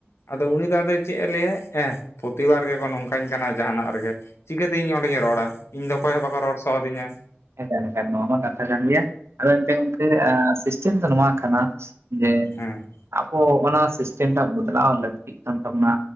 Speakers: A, on the left; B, on the right.
A: ᱟᱫᱚ ᱩᱱᱤ ᱫᱟ ᱟᱫᱚ ᱫᱚ ᱪᱮᱫ ᱮ ᱞᱟᱹᱭᱟᱭ ᱦᱮᱸ ᱯᱨᱚᱛᱤᱵᱟᱨ ᱜᱮᱠᱚ ᱱᱚᱝᱠᱟᱧ ᱠᱟᱱᱟ ᱡᱟᱦᱟᱱᱟᱜ ᱨᱮᱜᱮ᱾ ᱪᱤᱠᱟᱹᱛᱮ ᱤᱧ ᱚᱸᱰᱮᱧ ᱨᱚᱲᱟ ᱤᱧᱫᱚ ᱚᱠᱚᱭ ᱦᱚᱸ ᱵᱟᱠᱚ ᱨᱚᱲ ᱥᱚ ᱟᱫᱤᱧᱟ᱾
B: ᱮᱠᱟᱞ ᱮᱠᱟᱞ ᱱᱚᱣᱟ ᱢᱟ ᱠᱟᱛᱷᱟ ᱡᱟᱱ ᱜᱮᱭᱟ᱾ ᱟᱫᱚ ᱮᱱᱛᱮ ᱜᱚᱝᱠᱮ ᱥᱤᱥᱴᱮᱢ ᱫᱚ ᱱᱚᱣᱟ ᱠᱟᱱᱟ ᱡᱮ
A: ᱦᱩᱸ᱾
B: ᱟᱵᱚ ᱚᱱᱟ ᱥᱤᱥᱴᱮᱢᱴᱟᱜ ᱵᱚᱫᱞᱟᱣ ᱞᱟᱹᱠᱛᱤᱜ ᱠᱟᱱ ᱛᱟᱵᱚᱱᱟ